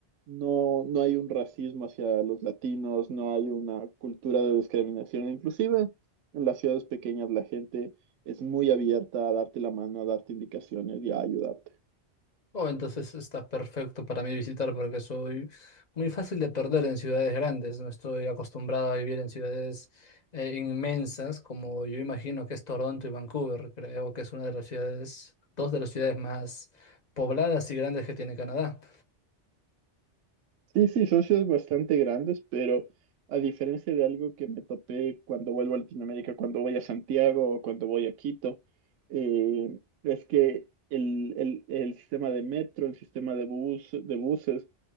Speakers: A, on the right (about 85°); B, on the left (about 40°).
A: no, no hay un racismo hacia los latinos, no hay una cultura de discriminación. Inclusive en las ciudades pequeñas la gente es muy abierta a darte la mano, a darte indicaciones y a ayudarte.
B: Oh, entonces está perfecto para mí visitar porque soy muy fácil de perder en ciudades grandes. No estoy acostumbrado a vivir en ciudades eh, inmensas como yo imagino que es Toronto y Vancouver. Creo que es una de las ciudades, dos de las ciudades más pobladas y grandes que tiene Canadá.
A: Sí, sí, son ciudades bastante grandes, pero a diferencia de algo que me topé cuando vuelvo a Latinoamérica, cuando voy a Santiago o cuando voy a Quito, eh, es que el, el- el sistema de metro, el sistema de bus, de buses